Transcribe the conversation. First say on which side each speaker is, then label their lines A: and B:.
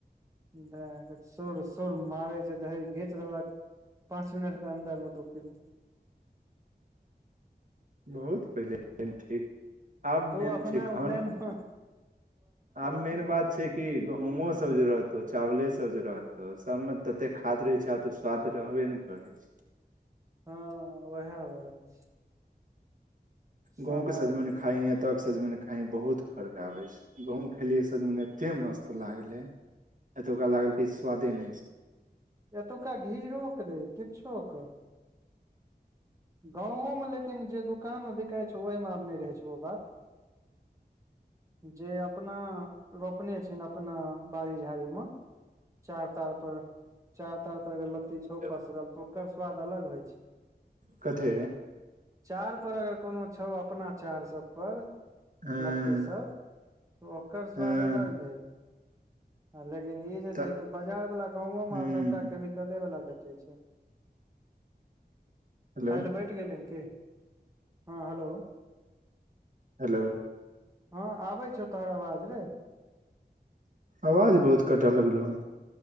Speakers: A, on the right; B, on the right.
A: दऽ सुर सुर मारै छै दही घींच देलक पाँच मिनट के अन्दर में दू किलो
B: बहुत पहिले <unintelligible> ठीक आब
A: तू
B: मेन
A: अपना
B: छै खान
A: उपलैन में
B: आब मेन बात छै कि गहूमो सब जे रहतौ चावले सब जे रहतौ सब में ततेक खाद रहै छै आब तऽ स्वाद रहबे ने कर कर
A: हँ उएह बात छै
B: गाँवं
A: समय
B: के सजमइन खइही एतऽ के सजमइन खाइ कहीँ बहुत फर्क आबै छै गांउ में खेलियै सजम एते मस्त लागलै एतुका लागल किछ सुवादे नय छै
A: एतुका घीरोे कऽ रहे किछो क गाँवो में लेकिन जे दोकानमे बिकाइ छै ओहिमे आब नय रहै छै ओ बात जे अपना रोपने छी अपना बाड़ी झाड़ी में चार तार पर चार तार पर अगर लत्ती छौउ
B: छै
A: पसरल तऽ ओकर स्वाद अलग होइ छै
B: कथि
A: चार पर अगर कोनो छौ अपना चार सब पर
B: हँ
A: लऽ ई सब तऽ ओकर स्वाद
B: हँ
A: अलग भेल हँ लेकिन ई जे
B: तऽ
A: छै तू बाजार वला गोउओ म
B: हूँ
A: सबटा कले बला भेटे छैय
B: हेलो
A: खायल बै कैट गेल हन कि हँ हेलो
B: हेलो
A: हँ आबै छौ तोहर आवाज रे
B: आवाज बहुत कटऽ लगलौ